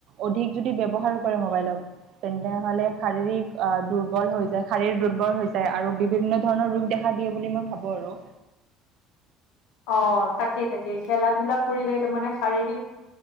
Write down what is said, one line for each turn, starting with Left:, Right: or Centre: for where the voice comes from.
Right: অধিক যদি ব্যৱহাৰ কৰে মোবাইলক তেন্তে হ'লে শাৰীৰিক আ দুৰ্বল হৈ যায় শাৰীৰ দুৰ্বল হৈ যায় আৰু বিভিন্ন ধৰণৰ ৰোগ দেখা দিয়ে বুলি মই ভাবো আৰু।
Left: অ তাকেই তাকে খেলা-ধূলা কৰিলে তাৰমানে শাৰীৰিক